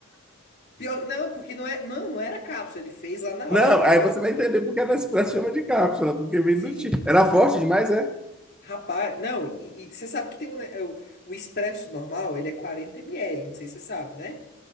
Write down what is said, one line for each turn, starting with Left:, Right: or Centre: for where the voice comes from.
Left: pior, não, porque não é, não, não era cápsula, ele fez lá na
Centre: Não,
Left: hora, entendeu?
Centre: aí você vai entender porque a Nespresso chama de cápsula, porque vem
Left: Sim.
Centre: do tipo. Era forte demais, é?
Left: Rapaz, não, e você sabe que tem um, ne- é, o, o expresso normal, ele é quarenta mililitros não sei se você sabe, né?